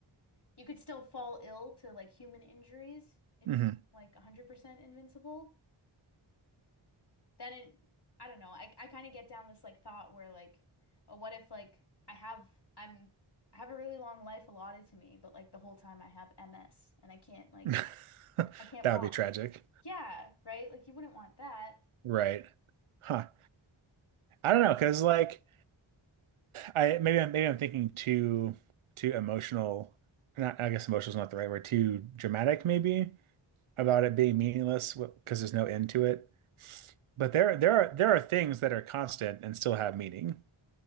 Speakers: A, on the left; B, on the right.
A: you could still fall ill to like human injuries if
B: hmm
A: you were like 100% invincible. then it I don't know. I I kind of get down this like thought where like, oh, what if like I have I'm I have a really long life allotted to me, but like the whole time I have MS and I can't like
B: <laughs>
A: I can't
B: That
A: walk.
B: would be tragic,
A: Yeah, right? Like you wouldn't want that.
B: right? Huh. I don't know because like I maybe I'm, maybe I'm thinking too too emotional. Not I guess emotional is not the right word. Too dramatic maybe. about it being meaningless because there's no end to it. But
A: There's
B: there, there are there are things that are constant and still have meaning,